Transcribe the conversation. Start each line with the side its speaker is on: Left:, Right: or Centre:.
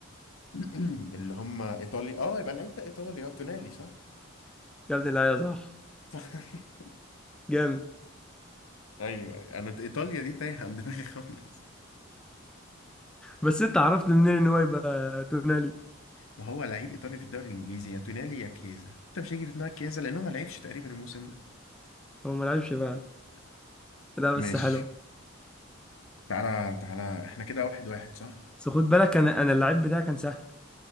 Left: <clears throat> اللي هم ايطاليا اه يبقى اللعيب ده ايطالي اه تونالي صح
Centre: يا ابن اللعيبة صح
Left: <laughs>
Centre: جامد
Left: ايوه أيوة. انا ايطاليا دي تايهه عن دماغي <laughs> خالص
Centre: بس انت عرفت منين ان هو يبقى تونالي
Left: ما هو لعيب ايطالي في الدوري الانجليزي يا تونالي يا كيزا انت مش هيجي في دماغك كيزا لانه ما لعبش تقريبا الموسم ده
Centre: هو ما لعبش بقى لا
Left: ماشي
Centre: بس حلو
Left: تعالى تعالى احنا كده واحد واحد صح
Centre: بس خد بالك انا انا اللعيب بتاعي كان سهل